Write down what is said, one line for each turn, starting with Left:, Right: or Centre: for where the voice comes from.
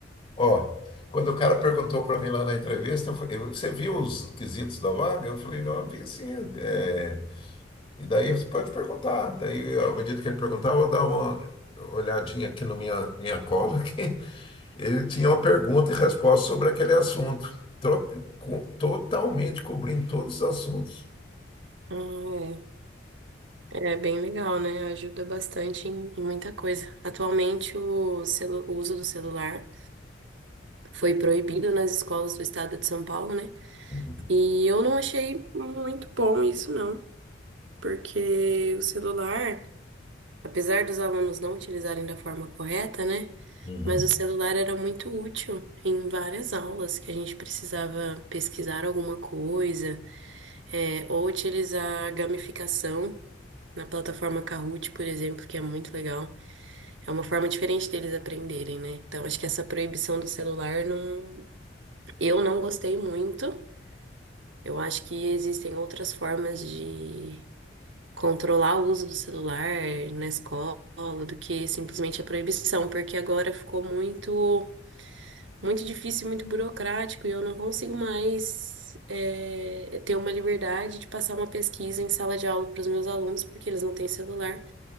Left: ó. Quando o cara perguntou para mim lá na entrevista, eu falei, você viu os quesitos da vaga? Eu falei, não, eu vi sim. é, e daí você pode perguntar. Daí, à medida que ele perguntava, eu dava uma olhadinha aqui na minha, minha cola, <laughs> que ele tinha uma pergunta e resposta sobre aquele assunto. Tro- co- Totalmente cobrindo todos os assuntos.
Right: Ah, é. É bem legal, né? Ajuda bastante em, em muita coisa. Atualmente, o, celu- o uso do celular foi proibido nas escolas do estado de São Paulo, né?
Left: Uhum.
Right: E eu não achei muito bom isso, não. Porque o celular. Apesar dos alunos não utilizarem da forma correta, né?
Left: Uhum.
Right: Mas o celular era muito útil em várias aulas que a gente precisava pesquisar alguma coisa, é, ou utilizar a gamificação na plataforma Kahoot, por exemplo, que é muito legal. É uma forma diferente deles aprenderem, né? Então, acho que essa proibição do celular não... eu não gostei muito. Eu acho que existem outras formas de controlar o uso do celular na escola do que simplesmente a proibição, porque agora ficou muito, muito difícil, muito burocrático e eu não consigo mais eh, ter uma liberdade de passar uma pesquisa em sala de aula para os meus alunos, porque eles não têm celular.